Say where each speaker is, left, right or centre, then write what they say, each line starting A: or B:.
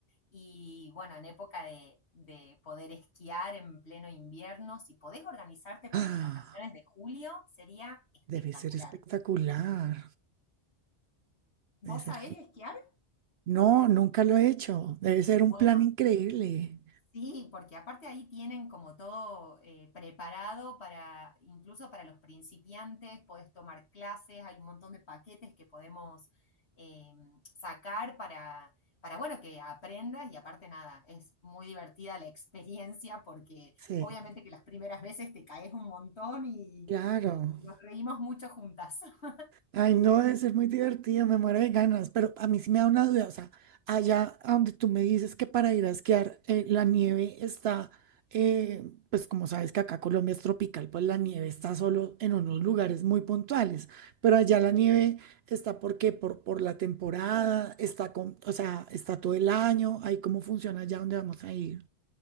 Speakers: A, on the left; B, on the right.
A: Y bueno, en época de, de poder esquiar en pleno invierno, si podés organizarte para
B: Ah,
A: las vacaciones de julio, sería espectacular.
B: debe ser espectacular.
A: ¿Vos
B: Debe ser...
A: sabés
B: gen-
A: esquiar?
B: No, nunca lo he hecho. Debe ser un
A: Bueno,
B: plan increíble.
A: Sí, porque aparte ahí tienen como todo eh, preparado para, incluso para los principiantes, podés tomar clases, hay un montón de paquetes que podemos eh, sacar para, para, bueno, que aprendas y aparte nada, es muy divertida la experiencia porque
B: Sí,
A: obviamente que las primeras veces te caes un montón y,
B: claro.
A: y- y nos reímos mucho juntas. <laughs>
B: Ay, no, debe ser muy divertido, me muero de ganas, pero a mí sí me da una duda, o sea, allá a donde tú me dices que para ir a esquiar eh, la nieve está, eh, pues como sabes que acá Colombia es tropical, pues la nieve está solo en unos lugares muy puntuales, pero allá la nieve está ¿por qué? Por, por la temporada, está con, o sea, está todo el año, ahí cómo funciona allá donde vamos a ir.